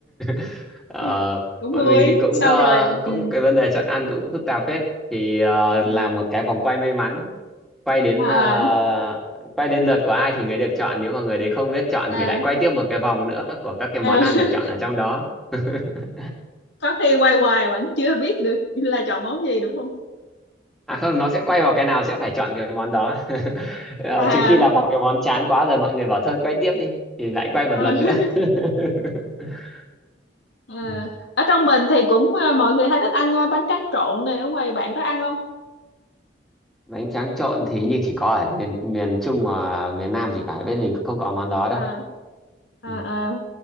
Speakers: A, in the centre; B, on the left (about 75°).
A: <laughs> ờ,
B: <laughs> cũng
A: bọn
B: vui
A: mình thì cũng
B: xong
A: có
B: rồi ừ.
A: cũng cái vấn đề chọn ăn cũng phức tạp phết thì ờ, làm
B: Ừ.
A: một cái vòng quay may mắn quay đến
B: à
A: ờ, quay đến lượt của ai thì người được chọn nếu mà người đấy không biết chọn
B: à,
A: thì lại quay tiếp một cái vòng nữa của các cái
B: à.
A: món ăn được
B: <laughs>
A: chọn ở trong đó <laughs>
B: có khi quay hoài vẫn chưa biết được là chọn món gì đúng không
A: À không, nó sẽ quay vào cái nào sẽ phải chọn cái món đó. <laughs> Ờ,
B: à,
A: trừ khi là vào cái món chán quá rồi mọi người bảo thôi quay tiếp đi thì lại quay một
B: ờ,
A: lần
B: <laughs>
A: nữa. <laughs>
B: à
A: Ừ.
B: ở trong mình thì cũng à, mọi người hay thích ăn à, bánh tráng trộn này ở ngoài bạn có ăn không
A: bánh tráng trộn thì như chỉ có ở miền miền Trung và miền Nam thì phải bên mình không có món đó
B: à,
A: đâu
B: à,
A: ừ.
B: à.